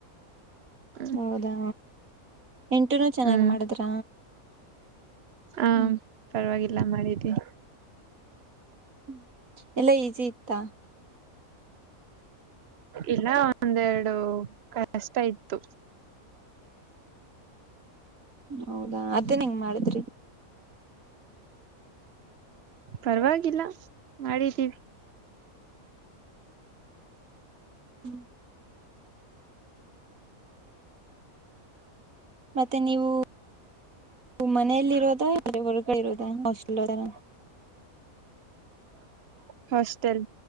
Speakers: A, on the right; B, on the right.
A: ಹ್ಮ್
B: ಹೌದಾ ಇಂಟರ ಚೆನ್ನಾಗ್
A: ಹ್ಮ್
B: ಮಾಡಿದ್ರ
A: ಆ
B: ಹ್ಮ್
A: ಪರವಾಗಿಲ್ಲ ಮಾಡಿದ್ದಿನಿ
B: ಹ್ಮ್ ಎಲ್ಲಾ ಈಸಿ ಇತ್ತಾ
A: ಇಲ್ಲ ಒಂದೆರಡು ಕಷ್ಟ ಇತ್ತು
B: ಹೌದಾ ಅದನ್ ಹೆಂಗ್ ಮಾಡದ್ರಿ
A: ಪರವಾಗಿಲ್ಲ ಮಾಡಿದ್ದೀವಿ
B: ಹ್ಮ್ ಮತ್ತೆ ನೀವು ನೀವು ಮನೇಲಿ ಇರೋದ ಇಲ್ಲಾ ಹೊರಗಡೆ ಇರೋದ ಹಾಸ್ಟೆಲ್ ನಾಗ
A: ಹಾಸ್ಟೆಲ್